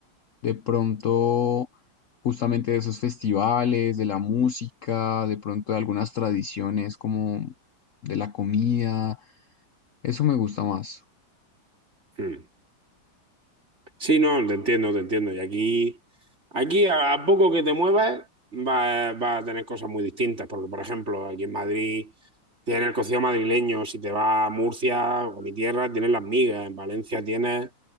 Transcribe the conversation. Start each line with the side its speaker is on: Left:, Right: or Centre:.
Left: de pronto justamente de esos festivales, de la música, de pronto de algunas tradiciones como de la comida, eso me gusta más,
Right: Mm. Sí, no, te entiendo, te entiendo. Y aquí, aquí a, a poco que te muevas, va, va a tener cosas muy distintas. Porque, por ejemplo, aquí en Madrid tienes el cocido madrileño. Si te vas a Murcia o a mi tierra, tienes las migas. En Valencia tienes